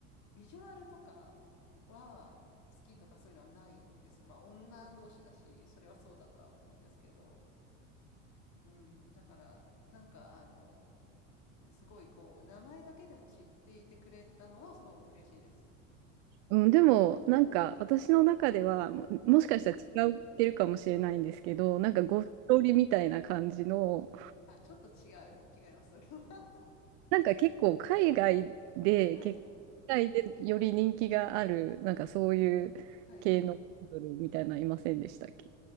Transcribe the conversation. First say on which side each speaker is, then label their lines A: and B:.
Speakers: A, on the left; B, on the right.
A: ビジュアルとかは好きとかそういうのはないんですよ。まあ、女同士だし、それはそうだとは思うんですけど、うん、だから、なんかあの、すごいこう、名前だけでも知っていてくれたのはすごい嬉しいです。
B: うん、でも、なんか、私の中では、も、
A: はい。
B: もしかしたら違ってるかもしれないんですけど、
A: ええ
B: なんか、ゴストリみたいな感じの、
A: あ、ちょっと違う、違います、それは。
B: なんか結構、海外で、
A: <laughs> はい。
B: 結海外でより人気がある、なんかそういう系のアイドルみたいなのいませんでしたっけ
A: はい。